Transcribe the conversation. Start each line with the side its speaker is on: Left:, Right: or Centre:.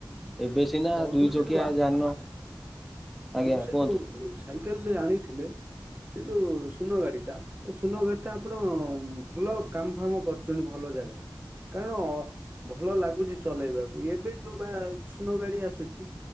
Centre: ଏବେ ସିନା
Right: ବନ୍ଧୁ
Centre: ଦୁଇ ଚକିଆ
Right: ସେ ଯୋଉ ଆ-
Centre: <inaudible> ଆଜ୍ଞା
Right: ବନ୍ଧୁ ସେ
Centre: କୁହନ୍ତୁ
Right: ଯୋଉ ସାଇକେଲରେ ଆଣିଥିଲେ ସେ ଯୋଉ ସୁୂନ ଗାଡ଼ିଟା। ଏ ସୁନଗାଡ଼ିଟା ଆପଣ ଭଲ କାମ ଫାମ କରୁଛନ୍ତି ଭଲ ଜାଗାରେ କାରଣ ଭଲ ଲାଗୁଛି ଚଲେଇବାକୁ ଏବେ ଯୋଉ ବା ସୁନ ଗାଡି ଆସୁଛି।